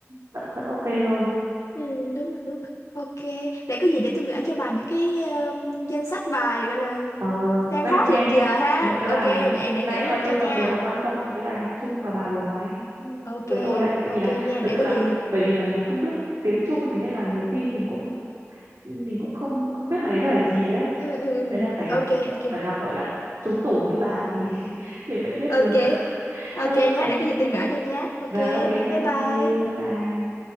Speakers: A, on the right; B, on the left.
A: vẫn vẫn ok hơn
B: Ừ, đúng rồi, đúng rồi. Ok, để có gì để tôi gửi cho bà những cái ờ, danh sách bài gọi là
A: Ờ,
B: đang
A: recommend
B: hot hiện giờ ha.
A: những cái
B: Ok,
A: bài
B: để để
A: này
B: gửi
A: nhưng
B: link
A: mà tôi
B: cho
A: đặc
B: nha.
A: biệt là quan tâm những cái bài nhạc Trung mà bà vừa nói
B: Ok,
A: với tôi đấy bởi vì
B: ok
A: là
B: nha,
A: thật
B: để
A: sự
B: có
A: là
B: gì.
A: bởi vì là mình không
B: Ừ,
A: biết tiếng Trung thế nên là nhiều khi mình cũng mình cũng không không biết bài đấy là bài gì ấy
B: ừ, ừ, ừ.
A: đấy là
B: ừ.
A: phải gặp
B: ok, ok.
A: phải gặp gọi là trúng tủ như bà thì <laughs> thì mới biết
B: Ok.
A: được
B: Ok
A: ok
B: nhé, để có gì tôi gửi cho nhé. Ok,
A: rồi ok thank
B: bye bye.
A: you bye bye